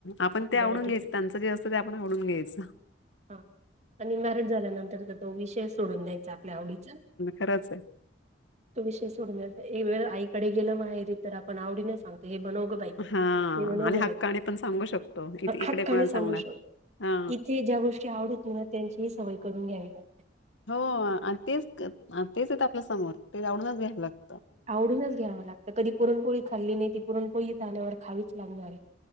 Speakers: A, on the left (about 75°); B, on the right (about 40°).
A: आपण ते आवडून
B: बरं ठीक
A: घ्यायच
B: आहे
A: त्यांचे अस आपण आवडून घ्यायच.
B: हा आणि मॅरिट झाल्यानंतर तर तो विषय सोडून द्यायचा आपल्या आवडीचा
A: खरांच आहे.
B: तो विषय सोडून एक वेळ आईकडे गेलं माहेरी तर आपण आवडीने सांगतो. हे बनोगबाई
A: हा
B: हे बनोगबाई
A: आणि हक्काने पण सांगू शकतो इत इकडे
B: हक खाणी
A: कोणाला
B: सांगू
A: सांगणार
B: शकतो.
A: हा.
B: इथे ज्या गोष्टी आवडत ना त्यांची ह सवय करून घ्यावी लागते.
A: हो तेच तेच येत आपल्या समोर ते आवडूनच घ्यायला लागतं
B: आवडूनच घ्यावं लागतं कधी पुरणपोळी खाल्ली नाही ती पुरणपोळी झाल्यावर खावीच लागणार आहे